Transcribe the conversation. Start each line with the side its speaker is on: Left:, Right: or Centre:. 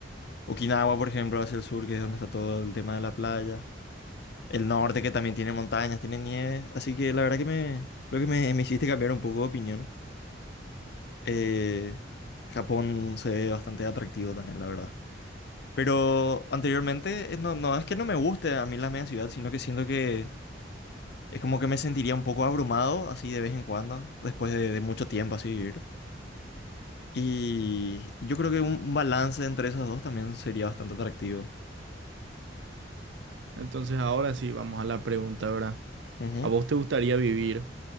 Left: Okinawa, por ejemplo, hacia el sur, que es donde está todo el tema de la playa. El norte, que también tiene montañas, tiene nieve. Así que la verdad que me, creo que me, me hiciste cambiar un poco de opinión. Eh, Japón se ve bastante atractivo también, la verdad. Pero anteriormente, eh, no, no es que no me guste a mí la media ciudad, sino que siento que es como que me sentiría un poco abrumado así de vez en cuando, después de, de mucho tiempo así vivir. Y yo creo que un, un balance entre esos dos también sería bastante atractivo.
Right: Entonces ahora sí, vamos a la pregunta, ¿verdad?
Left: Ujú.
Right: ¿A vos te gustaría vivir